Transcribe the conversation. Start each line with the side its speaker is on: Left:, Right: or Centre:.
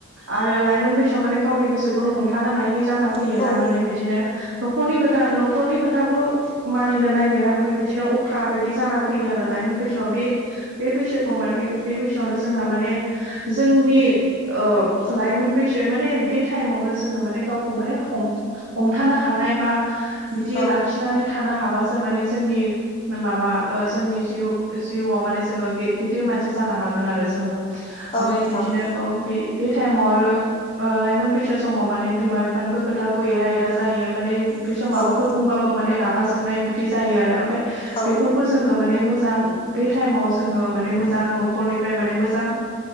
Right: आरो लाइमोन बैसोआ माने गावनि गोसोखौनो हमथानो हायि जाना फैयोना
Left: फैयो
Right: माने बिदिनो न'खरनि खोथा न'खरनि खोथाखो मानिनो नागिरा ओमफ्राय बिदिनो अख्रा बायदि जाना फैयो आरो लाायमोन बैसोआ बे। बे बैसोखौ माने बे बैसोआवनो जोंना माने जोंनि। ओ-लाइमोन बैसो माने बे टाइमावनो जोङो माने गावखौ माने हम हमथानो हानाय बा बिदि
Left: फोथायनानै थानो हाबा
Right: लाखिनानै थानो हाबासो माने जोंनि। माबा ओ-जोंनि जिउ ओ-जिउआव माने जोङो गि-गिदिर मानसि जानो हागोन आरो जोङो।
Left: हागोन
Right: ओमफाय
Left: आरो
Right: बिदिनो
Left: जोङो ओमफ्राय
Right: औ बे। बे टाइमाव आरो लाइमोन बैसो समाव माने बिमा बिफानिबो खोथाखौ एरा एरा जायो माने। बिसोर
Left: मोजांफोर
Right: माबाफोर बुंबाबो माने रागा जोंनाय बिदि जायो आरो ओमफफ्राय
Left: ओ
Right: बेफोर खौ जोङो माने मोजां बे टाइमाव जोङो माने मोजां न'खरनिफ्राय माने मोजां।